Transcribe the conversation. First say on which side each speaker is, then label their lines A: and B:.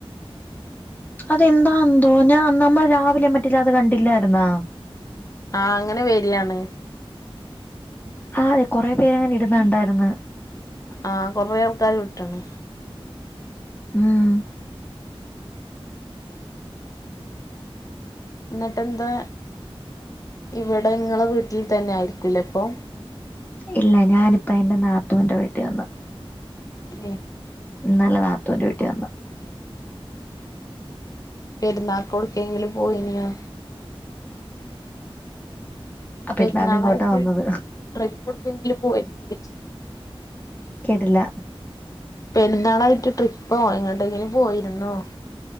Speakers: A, on the left; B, on the left.
A: അതെന്താന്തോ ഞാൻ നമ്മൾ രാവിലെയ മറ്റില്ല അത് കണ്ടില്ലായിരുന്നാ.
B: ആഹഹ് അങ്ങനെ വെരിയാണ്.
A: ആ അതെ കൊറെ പേരങ്ങനെ ഇടുന്നുണ്ടായിരുന്ന്.
B: ആ കുറേ ആൾക്കാര് വിട്ടിന്
A: ഉം
B: ഇന്നട്ടെന്താ ഇവിടെ ഇങ്ങളെ വീട്ടിൽ തന്നെ ആയിരിക്കൂലെ ഇപ്പൊ.
A: ഇല്ല ഞാനിപ്പ എന്റെ നാത്തൂന്റെ വീട്ടി വന്ന്.
B: ഏഹ്
A: ഇന്നലെ നാത്തൂന്റെ വീട്ടിൽ വന്ന്.
B: പെരുന്നാക്ക് ഓട്ക്കെങ്കിലും പോയിനിയോ?
A: അപ്പൊ
B: പെരുന്നാളായിട്ട്
A: ഇന്നാണ് ഇങ്ങോട്ടാ വന്നത്
B: ട്രിപ്പ് ഒടുക്കെങ്കിലും പോയിരുന്നോ ചോയ്ച്ച.
A: കേട്ടില്ല.
B: പെരുന്നാളായിട്ട് ട്രിപ്പോ എങ്ങട്ടെങ്കിലും പോയിരുന്നോ?